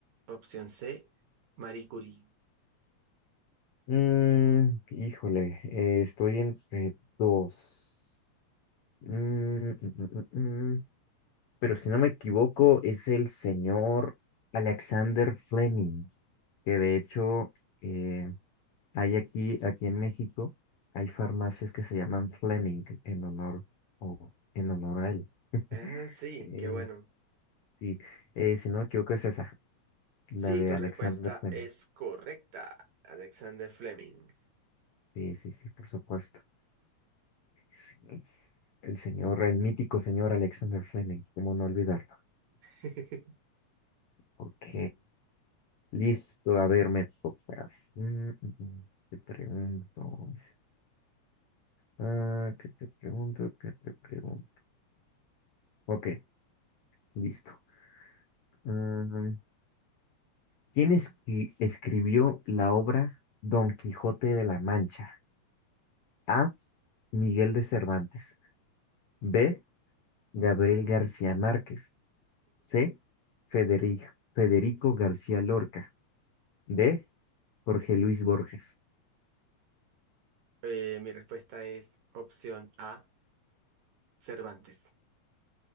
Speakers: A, on the right; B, on the left.
A: Opción C, Marie Curie.
B: Mm, híjole, eh, estoy entre dos. Mm, mm, mm, mm, mm. Pero si no me equivoco, es el señor Alexander Fleming, que de hecho... eh, Hay aquí, aquí en México, hay farmacias que se llaman Fleming en honor o en honor a él. <laughs>
A: Ah, sí,
B: Eh,
A: qué bueno.
B: sí, eh, si no me equivoco es esa, la
A: Sí,
B: de
A: tu
B: Alexander
A: respuesta
B: Fleming.
A: es correcta, Alexander Fleming.
B: Sí, sí, sí, por supuesto. Sí, el señor, el mítico señor Alexander Fleming, cómo no olvidarlo.
A: <laughs>
B: Ok, listo, a ver, me toca. Mm, mm, mm, te pregunto, ah, ¿qué te pregunto? ¿Qué te pregunto? Ok, listo. Ah, ¿Quién esqui- escribió la obra Don Quijote de la Mancha? A. Miguel de Cervantes. B. Gabriel García Márquez. C. Federi- Federico García Lorca. D. Jorge Luis Borges.
A: Eh, mi respuesta es opción A, Cervantes.